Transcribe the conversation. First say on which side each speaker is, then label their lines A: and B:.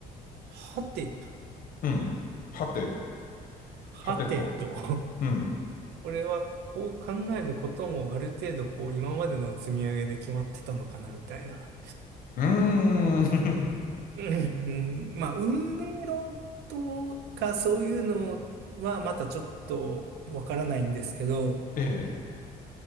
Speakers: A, on the right (about 80°); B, on the left (about 55°).
A: はてと、
B: うん。はて、
A: はてと
B: はてと。うん。
A: これはこう考えることもある程度こう今までの積み上げで決まってたのかなみたいな。
B: うーん。
A: うん、まあ運命論とかそういうのはまたちょっとわからないんですけど、
B: ええ、